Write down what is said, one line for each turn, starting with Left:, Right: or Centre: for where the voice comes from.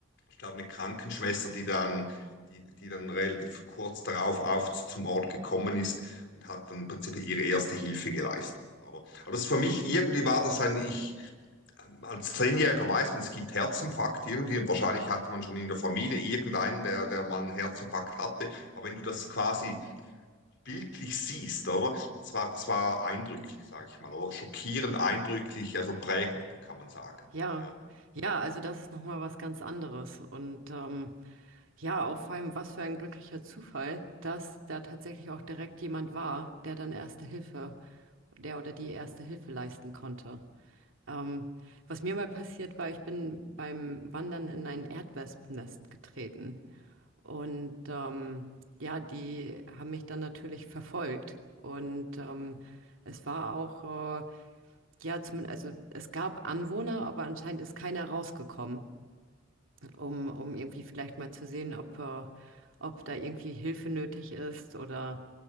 Left: ich glaube eine Krankenschwester, die dann, die, die dann relativ kurz darauf auf zum Ort gekommen ist und hat dann im Prinzip ihre erste Hilfe geleistet. Aber, aber das ist für mich irgendwie war das ein, ich, als Zehnjähriger weiß man, es gibt Herzinfarkt irgendwie und wahrscheinlich hatte man schon in der Familie irgendeinen, der, der mal einen Herzinfarkt hatte. Aber wenn du das quasi bildlich siehst, oder? Das war, das war eindrücklich, sage ich mal, oder schockierend eindrücklich, also prägend, kann man sagen.
Right: Ja,
Left: Ja.
Right: ja, also das ist nochmal was ganz anderes. Und ähm, ja, auch vor allem, was für ein glücklicher Zufall, dass da tatsächlich auch direkt jemand war, der dann Erste Hilfe, der oder die Erste Hilfe leisten konnte. Ähm, was mir mal passiert war, ich bin beim Wandern in ein Erdwespennest getreten. Und ähm, ja, die haben mich dann natürlich verfolgt. Und ähm, es war auch äh, Ja, zumindest, also es gab Anwohner, aber anscheinend ist keiner rausgekommen, um, um irgendwie vielleicht mal zu sehen, ob, äh, ob da irgendwie Hilfe nötig ist oder